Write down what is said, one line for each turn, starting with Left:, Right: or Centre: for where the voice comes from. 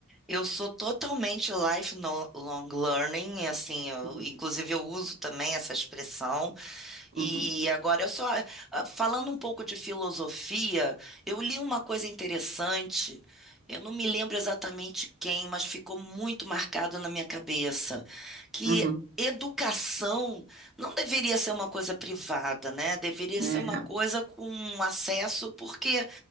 Centre: Eu sou totalmente lifelong learning, assim, eu-
Right: Uhum,
Centre: inclusive eu uso também essa expressão. E
Right: uhum,
Centre: agora eu só ah, falando um pouco de filosofia, eu li uma coisa interessante. Eu não me lembro exatamente quem, mas ficou muito marcado na minha cabeça que
Right: uhum.
Centre: educação não deveria ser uma coisa privada, né? Deveria ser
Right: É,
Centre: uma coisa com acesso, porque